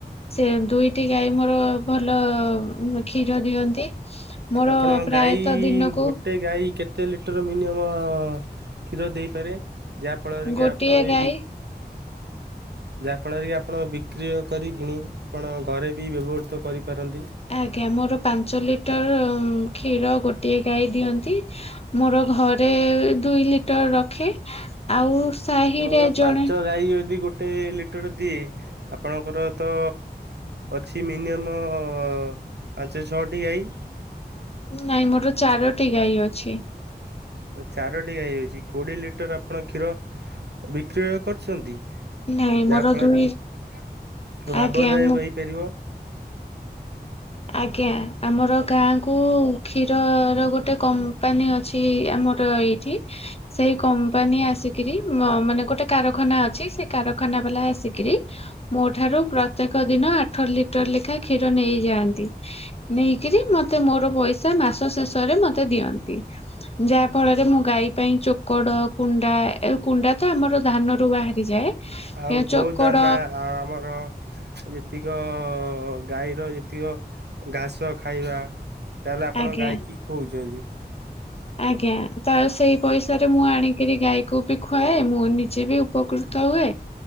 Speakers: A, on the left; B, on the right.
A: ସେ ଦୁଇ ଟି ଗାଈ ମୋର ଭଲ କ୍ଷୀର ଦିଅନ୍ତି। ମୋର
B: ଆପଣ
A: ପ୍ରାୟତଃ
B: ଗାଈ
A: ଦିନକୁ
B: ଗୋଟେ ଗାଈ କେତେ ଲିଟର ମିନିମମ୍ କ୍ଷୀର ଦେଇପାରେ? ଯାହା ଫଳରେ କି
A: ଗୋଟିଏ
B: ଆପଣ ଏଇ
A: ଗାଈ
B: ବି ଯାହା ଫଳରେ କି ଆପଣ ବିକ୍ରି କରି କିଣି ଆପଣ ଘରେ ବି ବ୍ୟବହୃତ କରିପାରନ୍ତି।
A: ଆଜ୍ଞା ମୋର ପାଞ୍ଚ ଲିଟର କ୍ଷୀର ଗୋଟିଏ ଗାଈ ଦିଅନ୍ତି। ମୋର ଘରେ ଦୁଇ ଟର ରଖେ। ଆଉ ସାହିରେ
B: ଆପଣଙ୍କର
A: ଜଣେ
B: ପାଞ୍ଚ ଗାଈ ଯଦି ଗୋଟେ ଲିଟର ଦିଏ ଆପଣଙ୍କର ତ ଅଛି ମିନିମମ୍ ପାଞ୍ଚ ଛଅଟି ଗାଈ।
A: ନାଇଁ ମୋର ଚାରୋଟି ଗାଈ ଅଛି।
B: ଚାରୋଟି ଗାଈ ଅଛି। କୋଡିଏ ଲିଟର ଆପଣ କ୍ଷୀର ବିକ୍ରି କରୁଛନ୍ତି।
A: ନାଇଁ ମୋର
B: ଯାହା ଫଳରେ
A: ଦୁଇ
B: କି ଲାଭଦାୟକ
A: ଆଜ୍ଞା ମୁଁ
B: ହେଇପାରିବ।
A: ଆଜ୍ଞା, ଆମର ଗାଁ କୁ କ୍ଷୀରର ଗୋଟେ କମ୍ପାନୀ ଅଛି। ଆମର ଏଇଠି ସେଇ କମ୍ପାନୀ ଆସିକିରି ମାନେ ଗୋଟେ କାରଖାନା ଅଛି। ସେ କାରଖାନା ବାଲା ଆସିକିରି ମୋଠାରୁ ପ୍ରତ୍ୟେକ ଦିନ ଆଠ ଲିଟର ଲେଖା କ୍ଷୀର ନେଇଯାଆନ୍ତି। ନେଇକିରି ମୋର ପଇସା ମାସ ଶେଷ ରେ ମତେ ଦିଅନ୍ତି। ଯାହା ଫଳରେ ମୁଁ ଗାଈ ପାଇଁ ଚୋକଡ଼ କୁଣ୍ଡା, କୁଣ୍ଡା ତ ଆମର ଧାନରୁ ବାହାରିଯାଏ।
B: ଆଉ
A: ଏ
B: ଗୋ
A: ଚୋକଡ
B: ଦାନା ଆ ଆମର ଯେତିକ ଗାଈର ଯେତିକ ଘାସ ଖାଇବା। ତାହେଲେ ଆପଣ
A: ଆଜ୍ଞା
B: ଗାଈକି ଖଉଛନ୍ତି।
A: ଆଜ୍ଞା ତ ସେଇ ପଇସାରେ ମୁଁ ଆଣିକିରି ଗାଈକୁ ବି ଖୁଆଏ। ମୁଁ ନିଜେ ବି ଉପକୃତ ହୁଏ।